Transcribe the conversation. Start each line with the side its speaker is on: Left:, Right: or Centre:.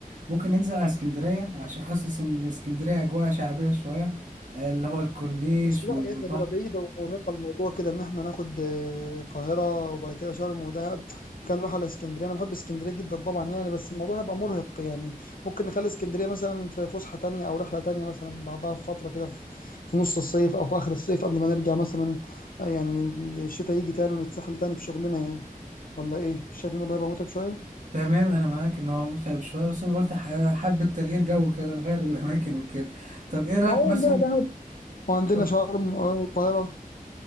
Right: ممكن ننزل على اسكندرية عشان حاسس ان اسكندرية اجواء شعبية شوية اللي هو الكورنيش
Left: بس لا
Right: وال-
Left: يا
Right: والبحر
Left: اخي هتبقى بعيدة ومرهقة الموضوع كده ان احنا ناخد آه، القاهرة وبعد كده شرم ودهب كان نروح على اسكندرية انا بحب اسكندرية جدا طبعا يعني بس الموضوع هيبقى مرهق يعني ممكن نخلي اسكندرية مثلا في فسحة تانية او رحلة تانية مثلا بعدها بفترة كده في في نص الصيف او في اخر الصيف قبل ما نرجع مثلا آه، يعني الشتاء يجي تاني ونتسحل تاني في شغلنا يعني ولا ايه مش شايف الموضوع هيبقى متعب شوية؟
Right: تمام انا معاك ان هو متعب شويه بس انا قلت ح- حابه تغيير جو كده نغير الاماكن وكده طب ايه رايك
Left: ما هو
Right: مثلا
Left: عندنا دهب وعندنا
Right: اتفضل.
Left: شرم آه، والقاهرة